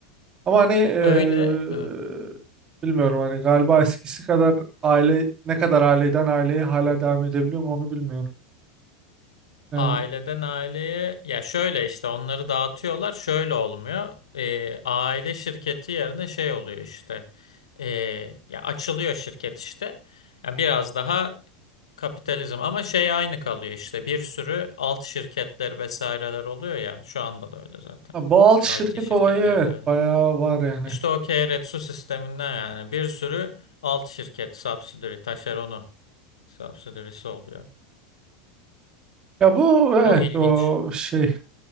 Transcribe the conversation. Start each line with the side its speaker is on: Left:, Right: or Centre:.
Right: Ama hani eee,
Left: Öyle. Evet.
Right: bilmiyorum hani galiba eskisi kadar aile ne kadar aileden aileye hala
Left: Hı hı.
Right: devam edebiliyor mu onu bilmiyorum. Yani
Left: Aileden aileye ya şöyle işte onları dağıtıyorlar şöyle olmuyor Ee, aile şirketi yerine şey oluyor işte Ee, ya açılıyor şirket işte yani biraz daha kapitalizm ama şey aynı kalıyor işte bir sürü alt şirketler vesaireler oluyor ya şu anda da öyle zaten
Right: ha, bu alt şirket
Left: I T şirketleri
Right: olayı evet
Left: de öyle
Right: bayağı var yani.
Left: işte o Keiretsu sisteminden yani bir sürü alt şirket subsidiary taşeronu subsidiary'si oluyor
Right: Ya bu evet
Left: o ilginç
Right: o şey